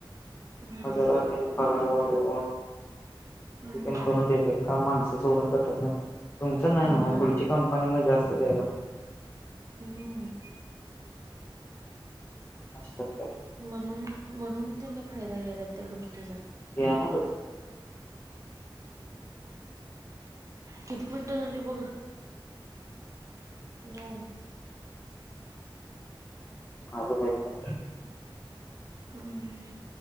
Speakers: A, on the right; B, on the left.
A: हम्म
B: जराने पगार वाढून तिकण
A: हम्म
B: करून देतात का माणसा सोडून बत ना तुमचं नाही
A: होय
B: ना पुढची कंपनी मज असत यायला.
A: हम्म
B: असतात काय
A: म्हणून म्हणून त्यांनी फायदा <inaudible>
B: घे नारच
A: किती मिनटं झाले बघ. नऊ.
B: अजून एक मिनिट
A: हम्